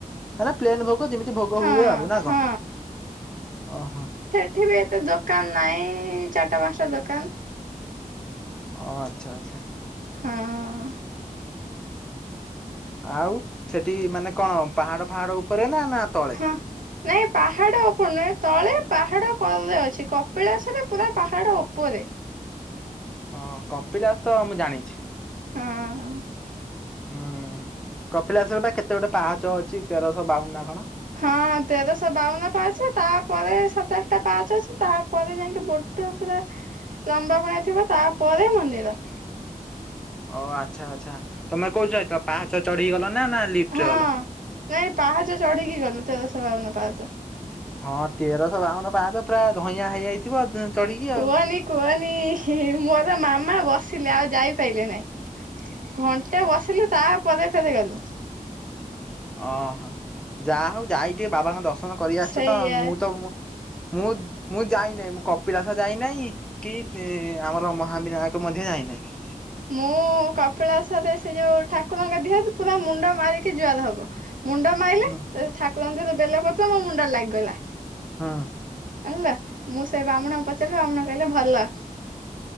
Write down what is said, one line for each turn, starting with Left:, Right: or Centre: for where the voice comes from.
Centre: ମ ପ୍ଲେନ୍ ଭୋଗ ଯେମିତି ଭୋଗ
Right: ହଁ
Centre: ହୁଏ ଆଉ ନା
Right: ହଁ
Centre: କଣ ଓହୋ।
Right: ଏଠିବି ଏତେ ଦୋକାନ ନାହିଁ ଚାରିଟା ପାଞ୍ଚଟା ଦୋକାନ।
Centre: ଓ ଆଚ୍ଛା ଆଚ୍ଛା।
Right: ହଁ।
Centre: ଆଉ ସେଠି ମାନେ କଣ ପାହାଡ ଫାହାଡ ଉପରେ ନା ନା ତଳେ?
Right: ହଁ। ନାଇଁ ପାହାଡ଼ ଉପପର୍ ନୁହେଁ ତଳେ ପାହାଡ କ ଅଛି କପିଳା ସରେ ପୁରା ପାହାଡ଼ ଉପରେ
Centre: ହଁ କପିଳାସ ତ ମୁଁ ଜାଣିଛି।
Right: ହଁ
Centre: ହଁ କପିଳାଶରେ ବା କେତେ ଗୋଟେ ପାହାଚ ଅଛି। ତେରଶହ ବାଉନ ନାଁ କଣ?
Right: ହଁ ତେରଶହ ବାଉନ ପାହାଚ। ତାପରେ ସାତ ଆଠଟା ପାହାଚ ଅଛି। ତାପରେ ଯାଇକି ବ <unintelligible> ପୁରା ଲମ୍ବା ଭଳିଆ ଥିବ ତାପରେ ମନ୍ଦିର।
Centre: ଓ ଆଚ୍ଛା ଆଚ୍ଛା ତମେ କୋଉଠି ରହୁଥିଲ ପାହାଚ ଚଢ଼ି କି ଗଲ ନା ନା ଲିଫ୍ଟରେ
Right: ହଁ।
Centre: ଗଲ।
Right: ନାଇଁ ପାହାଚ ଚଢ଼ି କି ଗଲୁ। ତେରଶହ ବାଉନ ପାହାଚ।
Centre: ହଁ ତେରଶହ ବାଉନ ପାହାଚ ପୁରା ଧଇଁଆ ହେଇଯାଇଥିବ ଚଢ଼ି କି
Right: କୁହନି
Centre: ଆଉ।
Right: କୁହନି ମୋର ମାମା ବସିଲେ ଆଉ ଯାଇପାଇଲେ ନାହିଁ। ଘଣ୍ଟେ ବସିଲୁ ତାପରେ ଫେର୍ ଗଲୁ।
Centre: ଓହୋ ଯାହା ହଉ ଯାଇ ଟିକେ ବାବାଙ୍କ ଦର୍ଶନ କରି ଆସିଛ
Right: ସେଇଆ
Centre: ତ। ମୁଁ ତ ମୁଁ ମୁଁ ମୁଁ ଯାଇ ନାହିଁ ମୁଁ କପିଳାସ ଯାଇ ନାହିଁ। କି ଆମର ମହାବିନାୟକ ମଧ୍ୟ ଯାଇ ନାହିଁ।
Right: ମୁଁ କପିଳାସରେ ସେ ଯୋଉ ଠାକୁରଙ୍କ ଦିହରେ ପୁରା ମୁଣ୍ଡ ମାରିକି ଜୁହାର ହବ। ମୁଣ୍ଡ ମାଇଲେ
Centre: ହୁଁ
Right: ସେ ଠାକୁରଙ୍କ ସହିତ ବେଲ ପତ୍ର ମୋ ମୁଣ୍ଡରେ ଲାଗିଗଲା।
Centre: ହଁ
Right: ହେଲା ମୁଁ ସେ ବ୍ରାହ୍ମଣଙ୍କୁ ପଚାରିଲି ବ୍ରାହ୍ମଣ କହିଲେ ଭଲ।